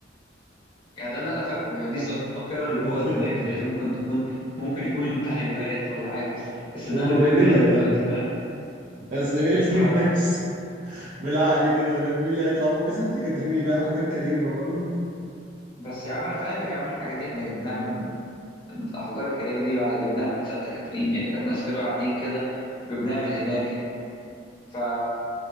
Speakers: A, on the left (about 30°); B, on the right (about 45°).
A: يعني ده اللي أنا فاكره يعني دي الذاكرة اللي جوه
B: <laughs>
A: دماغي دلوقتي ممكن تكون ممكن يكون تهيؤات ولا حاجة بس بس
B: هو
A: ده اللي جوه
B: غالبا
A: دماغي
B: يعني
A: دلوقتي فاهم
B: بس مين اللي-
A: ف
B: بس <laughs> بالعقل كده مين اللي هيطلع فوق سانت كاترين يبيع حجار كريمه برضه
A: بس يا عم أنا فاكر يا عم الحاجات دي إحنا جبناها من, من الأحجار الكريمة دي بقى جبناها من سانت كاترين يعني كان ناس كانوا قاعدين كده وجبناها من هناك يعني ف